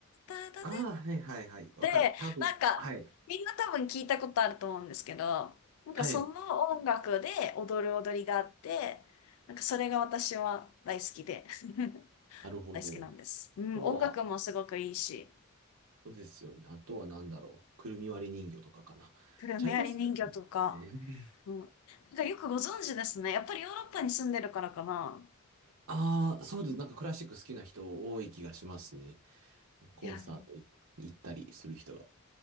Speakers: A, on the left (about 70°); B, on the right (about 70°).
A: たたてっ
B: ああ、はいはいはい。わかった。
A: て、
B: 多分。
A: なんか、
B: はい。
A: みんな多分聞いたことあると思うんですけど、なんかその音楽で踊る踊りがあって、
B: はい。
A: なんかそれが私は大好きで、<laughs>
B: なるほど。
A: 大好きなんです。
B: あ
A: うん、
B: とは、
A: 音楽もすごくいいし。
B: そうですよね。あとは何だろう。くるみ割り人形とかかな。
A: プルメアリ人魚とか。
B: チャイコフスキーは好きなんですね。
A: うん。なんかよくご存知ですね。やっぱりヨーロッパに住んでるからかな。
B: <laughs> ああ、そうです。なんかクラシック好きな人多い気がしますね。コンサートい行ったりする人が。
A: いや、